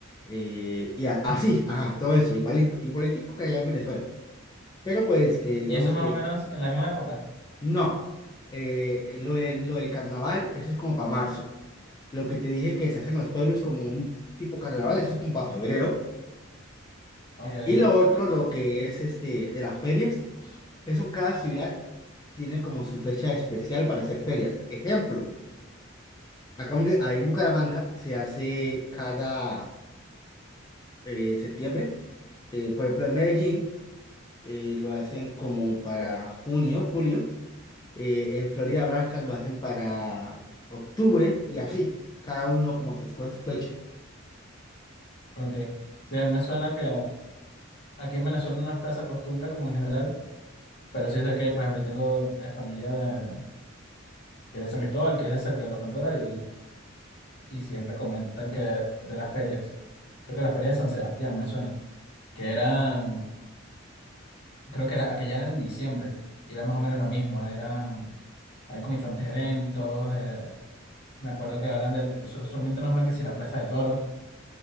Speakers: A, on the left; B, on the left.
A: eh, y a- así,
B: <laughs>
A: ajá, todo eso, igualito, igualitico que allá en Venezuela. Pero pues, eh, digamos
B: ¿Y eso es más
A: que
B: o menos en la misma época?
A: no, Eh, lo del, lo del carnaval, eso es como para marzo. Lo que te dije que se hace en los pueblos como un tipo carnaval, eso es como para febrero.
B: Ok,
A: Y lo otro, lo que es este de las ferias, eso cada ciudad tiene como su fecha especial para hacer ferias. Ejemplo, acá donde, ahí en Bucaramanga se hace cada eh, septiembre. Eh, por ejemplo, en Medellín eh, lo hacen como para junio, julio. Eh, en Florida Blanca lo hacen para octubre y así. Cada uno como que escoge su fecha.
B: ok. Sí, me suena que aquí en Venezuela no está esa costumbre como en general, pero sí sé que, por ejemplo, yo tengo eh, familia de, que es de San Cristóbal, que es de cerca de la frontera, y, y siempre comentan que de las ferias, creo que la feria de San Sebastián me suena, que era, creo que era, aquella era en diciembre, y era más o menos lo mismo, eran Hablan como diferentes eventos. eh, me acuerdo que hablan del, eh, su- solamente nombran que si la Plaza de Toros.